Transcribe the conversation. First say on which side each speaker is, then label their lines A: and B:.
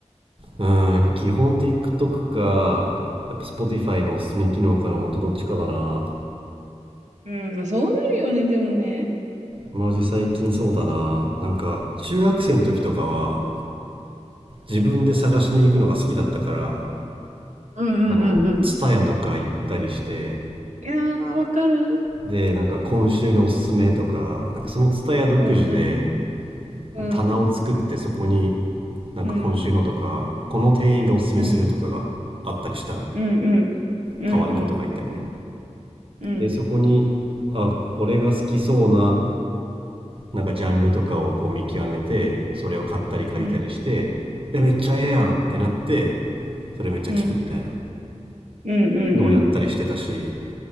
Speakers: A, on the right (about 45°); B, on the right (about 85°).
A: うんやっぱ基本 TikTok かやっぱ Spotify のおすすめ機能かのほんとどっちかだな
B: うん、まあ、そうなるよね、でもね。っ
A: マジ最近そうだななんか中学生の時とかは
B: てさ、うん、
A: 自分で探しに行くのが好きだったから
B: うん。うんうんうんうん。
A: あのツタヤとか行ったりして
B: いやー、わかる。
A: でなんか今週のおすすめとかなんかそのツタヤ独自で
B: うん、うん、うん、
A: 棚を作ってそこになんか今週のとかこの店員がおすすめするとかがあったりしたのよ
B: うん、うん、うん、うん、うん、
A: タワレコとか行ったりね
B: うん、うん、
A: でそこにあ俺が好きそうななんかジャンルとかをこう見極めてそれを買ったり借りたりしてえめっちゃええやんってなって
B: うん、うん、うん、
A: それめっちゃ聞くみたいな
B: うん、う
A: のをやったりしてたし
B: ん、